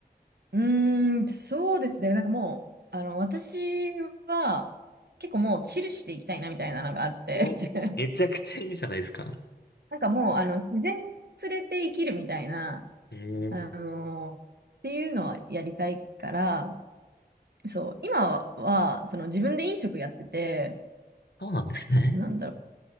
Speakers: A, on the right; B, on the left.
A: うーん、そうですね、なんかもう、あの、私は結構もうチルしていきたいなみたいなのがあって、
B: お、
A: <laughs>
B: めちゃくちゃいいじゃないですか。
A: なんかもうあの自然に触れて生きるみたいな、
B: えー、
A: あのっていうのはやりたいから、そう、今は、はその自分で飲食やってて、
B: そうなんですね。
A: なんだろう、